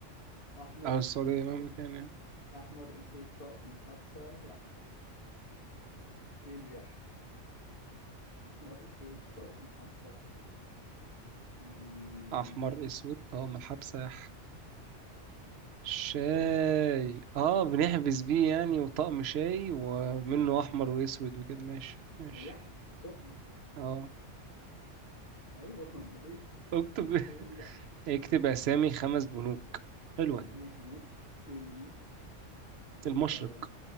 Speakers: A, on the left (about 55°); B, on the right (about 65°).
A: أحمر
B: او السعودية
A: أسود
B: مهما كان يعني
A: أحمر أسود طقم حبسة يح ايه اللي يح أحمر أسود طقم حبسة يح أمم،
B: احمر اسود طقم الحبسة شاي
A: شاي
B: اه بنحبس بيه يعني وطقم شاي ومنه احمر واسود وكده ماشي ماشي
A: ويح سخن
B: اه
A: ايوه امال ايه
B: اكتب
A: مش انت
B: <laughs>
A: تقول لي
B: اكتب اسامي خمس بنوك حلوة دي
A: خمس بنوك كيو ان بي
B: المشرق
A: آه،